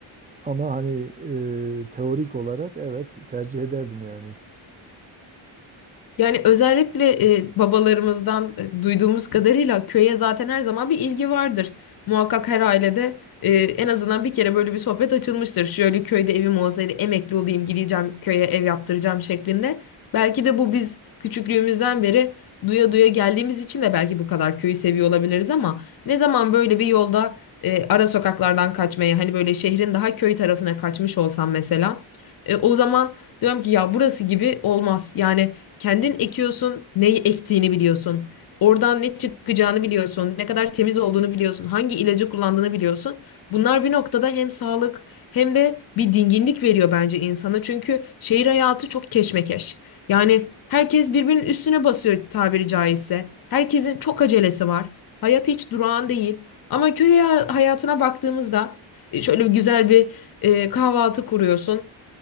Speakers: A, on the right; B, on the left.
A: Ama hani e, teorik olarak evet tercih ederdim yani.
B: Yani özellikle e, babalarımızdan e, duyduğumuz kadarıyla köye zaten her zaman bir ilgi vardır. Muhakkak her ailede e, en azından bir kere böyle bir sohbet açılmıştır. Şöyle köyde evim olsaydı emekli olayım gideceğim köye ev yaptıracağım şeklinde. Belki de bu biz küçüklüğümüzden beri duya duya geldiğimiz için de belki bu kadar köyü seviyor olabiliriz ama ne zaman böyle bir yolda e, ara sokaklardan kaçmaya hani böyle şehrin daha köy tarafına kaçmış olsam mesela e, o zaman diyorum ki ya burası gibi olmaz. Yani Kendin ekiyorsun, neyi ektiğini biliyorsun. Oradan ne çıkacağını biliyorsun, ne kadar temiz olduğunu biliyorsun, hangi ilacı kullandığını biliyorsun. Bunlar bir noktada hem sağlık hem de bir dinginlik veriyor bence insana. Çünkü şehir hayatı çok keşmekeş. Yani herkes birbirinin üstüne basıyor tabiri caizse. Herkesin çok acelesi var. Hayat hiç durağan değil. Ama köy hay- hayatına baktığımızda e, şöyle bir güzel bir e, kahvaltı kuruyorsun.